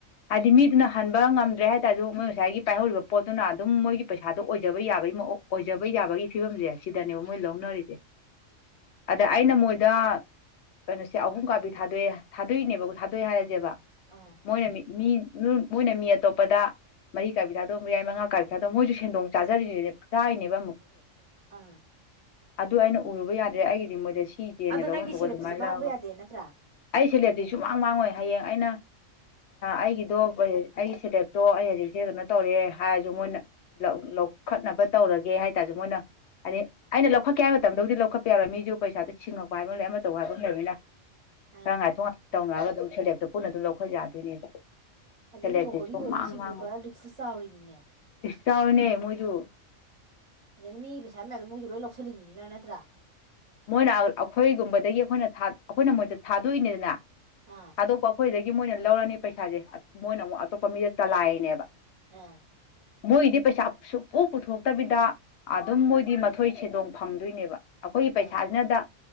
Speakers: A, on the left (about 65°); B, on the right (about 30°).
A: ꯍꯥꯏꯗꯤ ꯃꯤꯗꯨꯅ ꯍꯟꯕ ꯉꯝꯗ꯭ꯔꯦ ꯍꯥꯏꯕ ꯇꯔꯁꯨ ꯃꯣꯏ ꯉꯁꯥꯏꯒꯤ ꯄꯥꯏꯍꯧꯔꯤꯕ ꯄꯣꯠꯇꯨꯅ ꯑꯗꯨꯝ ꯃꯣꯏꯒꯤ ꯄꯩꯁꯥ ꯑꯣꯏꯖꯕ ꯌꯥꯕꯒꯤ ꯑꯣꯏꯖꯕ ꯌꯥꯕꯒꯤ ꯐꯤꯕꯝꯁꯦ ꯁꯤꯗꯅꯦꯕ ꯃꯣꯏ ꯂꯧꯅꯔꯤꯁꯦ ꯑꯗ ꯑꯩꯅ ꯃꯣꯏꯗ ꯀꯩꯅꯣꯁꯦ ꯑꯍꯨꯝ ꯀꯥꯕꯤ ꯊꯥꯗꯣꯛꯑꯦ ꯊꯥꯗꯣꯛꯅꯦꯕ ꯊꯥꯗꯣꯛꯑꯦ ꯍꯥꯏꯔꯁꯦꯕ
B: ꯑꯥ
A: ꯃꯣꯏꯅ ꯃꯤ ꯃꯤ ꯃꯣꯏꯅ ꯃꯤ ꯑꯇꯣꯞꯄꯗ ꯃꯔꯤ ꯀꯥꯕꯤ ꯊꯥꯗꯣꯛ ꯃꯌꯥꯏ ꯃꯉꯥ ꯀꯥꯏꯕꯤ ꯊꯥꯗꯣꯛꯑꯣ ꯃꯣꯏꯁꯨ ꯁꯦꯟꯗꯣꯡ ꯆꯥꯖꯔꯤꯅꯦ
B: ꯗꯥꯔꯤꯁꯤꯅꯦꯕ
A: ꯆꯥꯔꯤꯅꯦꯕ
B: ꯑꯃꯨꯛꯀꯁꯨ ꯑ
A: ꯑꯗꯨ ꯑꯩꯅ ꯎꯔꯨꯕ ꯌꯥꯗ꯭ꯔꯦ ꯑꯩꯒꯤꯗꯤ ꯃꯣꯏꯗ ꯁꯤꯖꯦꯅ
B: ꯑꯗꯣ
A: ꯂꯧꯐꯝ
B: ꯅꯪꯒꯤ
A: ꯊꯣꯛꯑ
B: ꯁꯦꯂꯦꯞꯇꯨꯗꯤ
A: ꯑꯗꯨꯃꯥꯏꯅ
B: ꯃꯥꯡꯕ
A: ꯂꯧꯔꯒ
B: ꯌꯥꯗꯦ ꯅꯠꯇ꯭ꯔꯥ
A: ꯑꯩ ꯁꯦꯂꯦꯞꯇꯤ ꯁꯨꯃꯥꯡ ꯃꯥꯡꯉꯣꯏ ꯍꯌꯦꯡ ꯑꯩꯅ ꯑꯩꯒꯤꯗꯣ ꯑꯩꯒꯤ ꯁꯦꯂꯦꯞꯇꯣ ꯑꯩ ꯍꯧꯖꯤꯛꯁꯦ ꯀꯩꯅꯣ ꯇꯧꯔꯦ ꯍꯥꯏꯔꯁꯨ ꯃꯣꯏꯅ ꯂꯧ ꯈꯠꯅꯕ ꯇꯧꯔꯒꯦ ꯍꯥꯏ ꯃꯣꯏꯅ ꯑꯗꯤ ꯑꯩꯅ ꯂꯧꯈꯠꯀꯦ ꯍꯥꯏ ꯃꯇꯝꯗꯕꯨꯗꯤ ꯂꯧꯈꯠꯄ ꯌꯥꯔꯣꯏ ꯃꯤꯁꯨ ꯄꯩꯁꯥꯗ ꯁꯤꯡꯉꯛꯄ ꯍꯥꯏꯕ ꯂꯩ ꯑꯃ ꯇꯧꯕ ꯍꯥꯏꯐꯝ ꯂꯩꯔꯅꯤꯅ ꯈꯔ
B: ꯑꯥ
A: ꯉꯥꯏꯊꯣꯛ ꯉꯥꯏꯇ ꯇꯧꯅꯔꯒ ꯑꯗꯨꯝ ꯁꯦꯂꯦꯞꯇꯣ ꯄꯨꯟꯅ ꯑꯗꯨꯝ ꯂꯧꯈꯠ ꯌꯥꯗꯣꯏꯅꯦ
B: ꯑꯗꯩꯗꯤ
A: ꯁꯦꯂꯦꯞꯇꯤ
B: ꯃꯣꯍꯣꯔꯤ
A: ꯁꯨꯡ
B: ꯑꯣꯏꯔꯤꯁꯤꯡꯗꯣ
A: ꯃꯥꯡ ꯃꯥꯡꯉ
B: ꯄꯨꯔꯥ ꯔꯤꯛꯁꯇꯤ ꯆꯥꯎꯔꯤꯅꯤꯅꯦ
A: ꯆꯥꯎꯅꯦꯣꯏ ꯌ
B: ꯑꯗꯨꯗꯅ ꯃꯤꯒꯤ ꯄꯩꯁꯥ ꯃꯌꯥꯝꯗꯣ ꯃꯣꯏꯛꯁꯨ ꯂꯣꯏ ꯂꯧꯁꯤꯜꯂꯤꯃꯤꯅꯤꯅ ꯅꯠꯇ꯭ꯔꯥ
A: ꯃꯣꯏꯅ ꯑꯩꯈꯣꯏꯒꯨꯝꯕꯗꯒꯤ ꯑꯩꯈꯣꯏꯅ ꯑꯩꯈꯣꯏꯅ ꯃꯣꯏꯗ ꯊꯥꯗꯣꯛꯏꯅꯤꯗꯅ
B: ꯑꯥ
A: ꯊꯥꯗꯣꯛꯄ ꯑꯩꯈꯣꯏꯗꯒꯤ ꯃꯣꯏꯅ ꯂꯧꯔꯅꯤ ꯄꯩꯁꯥꯁꯦ ꯃꯣꯏꯅ ꯑꯃꯨꯛꯞ ꯐ ꯆꯂꯥꯏꯅꯦꯕ
B: ꯑꯥ
A: ꯃꯣꯏꯗꯤ ꯄꯩꯁꯥ ꯁꯄꯣꯛ ꯄꯨꯊꯣꯛꯇꯕꯤꯗ ꯑꯗꯨꯝ ꯃꯣꯏꯗꯤ ꯃꯊꯣꯏ ꯁꯦꯟꯗꯣꯡ ꯐꯪꯗꯣꯏꯅꯦꯕ ꯑꯩꯈꯣꯏ ꯄꯩꯁꯥꯁꯤꯅꯗ
B: ꯑꯥ